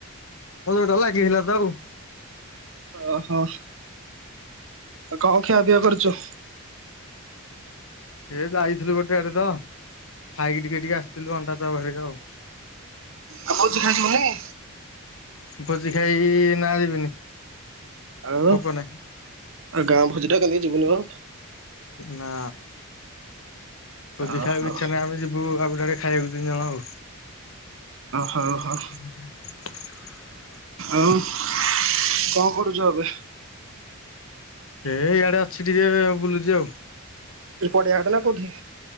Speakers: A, on the left; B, on the right.
A: ଭଲ ଲାଗିଥିଲା ତ ଆଉ <unintelligible>
B: ଓହୋ ଆଉ କଣ ଖିଆ ପିଆ କରୁଛୁ
A: ସେ ଯାଇଥିଲୁ ଗୋଟେ ଆଡେ ତ ଖାଇକି ଟିକେ ଟିକେ ଆସିଥିଲୁ ଅଣ୍ଡା ତ ବାହାରିକ ଆଉ
B: ଆଉ ଭୋଜି ଖାଇ ଯିବନି
A: ଭୋଜି ଖାଇ ନା ଯିବିନି
B: ଆଉ
A: ଭୋକ
B: ଆଉ
A: ନାହିଁ
B: ଗାଁ ଭୋଜି ଟା କେମତି ଜିବୁନୀ ମ
A: ନା
B: ଓ
A: ଭୋଜି ଖାଇବା
B: ହଉ
A: କୁ ଇଚ୍ଛା
B: ଓ
A: ନାହିଁ ଆମେ ଯିବୁ ଆଉ ଗୋଟେ ଆଡେ ଖାଇବାକୁ ତିନି ଜଣ ଆଉ
B: ହଉ
A: ହ
B: ହଉ
A: <unintelligible>
B: ଆଉ କଣ କରୁଛୁ ଏବେ
A: ଏ ଇଆଡେ ଅଛି ଟିକେ ବୁଲୁଛି ଆଉ
B: ତୁ ପଡେ ଆଡ ନା କଉଠି